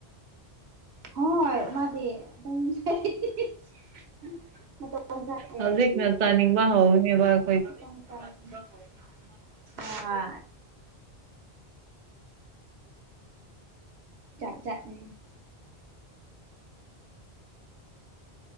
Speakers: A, on the right; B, on the right.
A: ꯍꯣꯏ ꯃꯥꯗꯤ ꯑꯗꯨꯝ ꯆꯥꯏ <unintelligible> ꯃꯇꯣꯡ ꯆꯥꯗꯦ꯫
B: ꯍꯧꯖꯤꯛꯅ ꯆꯥꯅꯤꯡꯕ ꯍꯥꯎꯕꯅꯦꯕ꯫
A: <unintelligible> ꯍꫭꯏ꯫ ꯖꯥꯠ ꯖꯥꯠꯅꯦ꯫